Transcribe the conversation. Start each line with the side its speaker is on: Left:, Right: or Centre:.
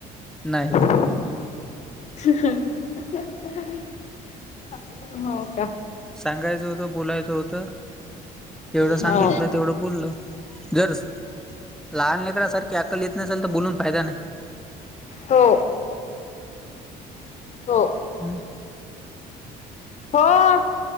Centre: नाही
Left: ह <unintelligible> हो का
Centre: सांगायचं, होतं बोलायचं, होत तेवढं
Left: हो
Centre: सांगितलं तेवढं बोललो जर लहान लेकरासाखी अकल येत नसेल तर बोलून फायदा नाही
Left: हो हो
Centre: हम्म
Left: हो